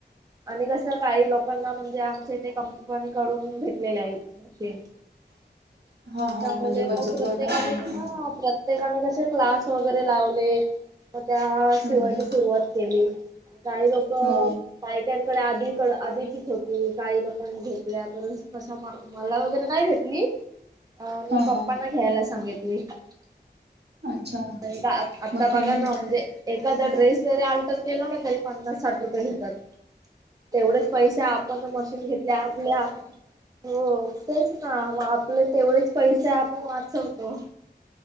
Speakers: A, on the right; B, on the right.
A: आणि कसं काही लोकांना म्हणजे आमच्या इथे कंपनकडून भेटलेले आहेत, मशीन.
B: <inaudible> हा
A: त्याच्यामुळे
B: हा म्हणजे बचत
A: मगं प्रत्येकांने
B: गट आणि
A: घ्या
B: हे.
A: वापरत. प्रत्येकाने कसे क्लास वगैरे लावले, म त्या शिवायची
B: हम्म हम्म
A: सुरुवात केली. काही लोकं
B: हो
A: अ बायकांकडे आधी कड आधीचीच होती, काही लोकांनी घेतल्या, तर कसा म मला वगैरे नाही भेटली, अ मी
B: हा
A: पप्पांना
B: हा.
A: घ्यायला सांगितली. <unintelligible>
B: अच्छा
A: अन आता
B: मग तुम्ही
A: बघा ना म्हणजे एखादा ड्रेस जरी अल्टर केला ना, तरी पन्नास साठ रुपये घेतात. तेवढेच पैसे आपण मशीन घेतली, आपल्या हो तेच ना म आपले तेवढेच पैसे, आपण वाचवतो.